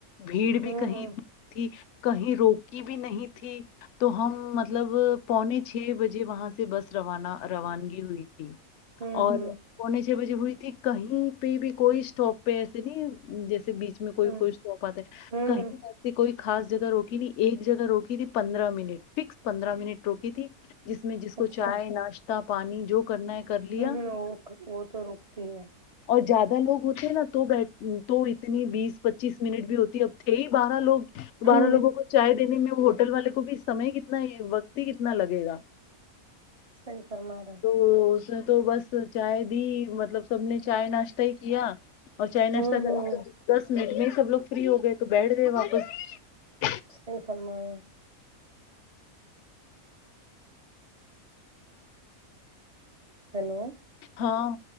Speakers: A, on the left; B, on the right.
A: بھیڑ بھی
B: ہوں
A: کہیں
B: ہوں
A: اتنی تھی کہیں روک کی بھی نہیں تھی تو ہم مطلب پونے چھ بجے وہاں سے بس روانہ روانگی ہوئی ج
B: ہوں
A: اور
B: ہوں
A: پونے چھ بجے ہوئی تھی کہیں پہ بھی کوئی اسٹاپ پہ ایسے نہیں جیسے بیچ میں کوئی
B: ہوں
A: کوئی سوپاتے
B: ہوں
A: کہیں
B: ہوں
A: جیس کوئی خا جگہ روکی نہیں ایک جگہ روکی تھی پندرہ منٹ فکس پندرہ منٹ روکی تھی جس میں جس کو
B: اچھا
A: چائے ناشتہ پانی جو کرنا ہے کر لیا
B: ہوں ہوں وہ وہ تو روکتی ہے
A: اور زیادہ لوگ ہوتے ہیں نا تو بیٹھ تو اتنی بیس پچیس منٹ بھی ہوتی ہے اب تھے ہی بارہ لوگ تو بارہ
B: ہوں
A: لوگوں کو دینے میں ہوٹل والے کو بھی سمے کتنا ہی وقت ہی کتنا لگے گا
B: صحی فرما رہ
A: تو اس نے تو بس چائے دی مطلب سب نے چائے ناشتہ ہی کیا اور چائے ناشہ
B: ہوں ہوں
A: دس منٹ میں سب لوگ فری ہو گئے تو بیٹھ گئے واپس
B: نہیں فرمایا ہیلو
A: ہاں